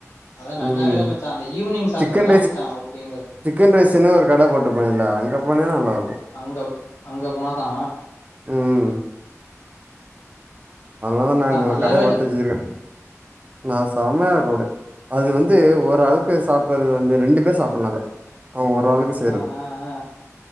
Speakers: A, on the left; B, on the right.
A: அதா நல்லாவே
B: ம்
A: இல்ல மச்சா அந்த ஈவினிங் சாப்டுறதா
B: சிக்கன் ரைஸ்
A: மச்சா ஓகேங்கற
B: சிக்கன் ரைஸ்ன்னு ஒரு கடை போட்டுப்பாங்கள அங்க போனினா நல்லாயிருக்கு
A: அங்கவ் அங்க போனாதா
B: ம் அதனாலதா நா
A: அதா
B: அங்க
A: நல்ல
B: ஒரு கடைய
A: வேல
B: பாத்துவச்சிருக்கே நா செமையாகோடு அது வந்து ஒரு ஆளுக்கு சாப்டுறது வந்து ரெண்டு பேரு சாப்டலா அத அ ஒரு ஆளுக்கு சரிதா
A: ஆ ஆ ஆ